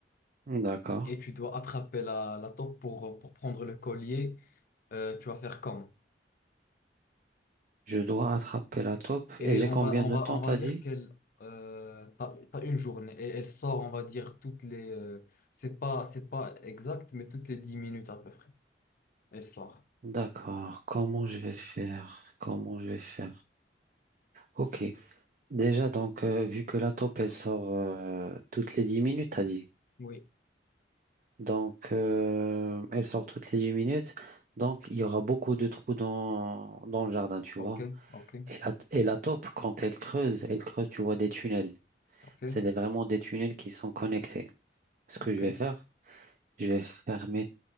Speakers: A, on the right; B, on the left.
A: D'accord.
B: Et tu dois attraper la, la taupe pour, pour prendre le collier. Euh, tu vas faire comme.
A: Je dois attraper la taupe.
B: Et
A: Et j'ai
B: on
A: combien
B: va, on
A: de
B: va,
A: temps,
B: on
A: t'as
B: va dire
A: dit?
B: qu'elle... Euh, t'as, t'as une journée et elle sort, on va dire, toutes les... euh, c'est pas, c'est pas exact, mais toutes les 10 minutes à peu près. Elle sort.
A: D'accord. Comment je vais faire? Comment je vais faire? Ok. Déjà, donc, euh, vu que la taupe, elle sort euh, toutes les 10 minutes, t'as dit.
B: Oui.
A: Donc, euh, elle sort toutes les 10 minutes. Donc, il y aura beaucoup de trous dans, dans le jardin, tu
B: Ok,
A: vois.
B: ok,
A: Et la, et la taupe, quand elle creuse, elle creuse, tu vois, des tunnels.
B: ok,
A: C'est des- vraiment des tunnels qui sont connectés. Ce
B: ok.
A: que je vais faire, je vais fermer